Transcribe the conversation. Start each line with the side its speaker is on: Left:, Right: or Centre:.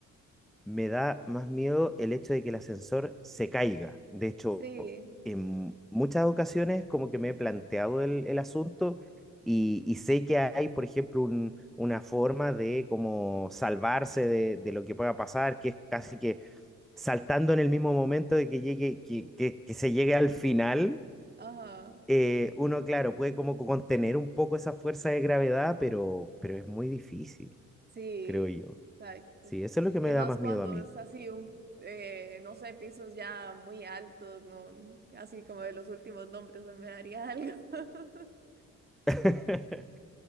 Centre: me da más miedo el hecho de que el ascensor se caiga. De hecho,
Right: Sí,
Centre: en muchas ocasiones como que me he planteado el, el asunto y, y sé que hay, por ejemplo, un- una forma de como salvarse de, de lo que pueda pasar, que es casi que saltando en el mismo momento de que llegue, que, que que se llegue al final
Right: ajá,
Centre: eh, uno, claro, puede como contener un poco esa fuerza de gravedad, pero, pero es muy difícil,
Right: sí,
Centre: creo yo.
Right: exacto.
Centre: Sí, eso es lo que
Right: Y
Centre: me da
Right: más
Centre: más
Right: cuando
Centre: miedo a mí.
Right: es así un, eh, no sé, pisos ya muy altos, no, así como de los últimos nombres, me daría algo. <laughs>
Centre: <laughs>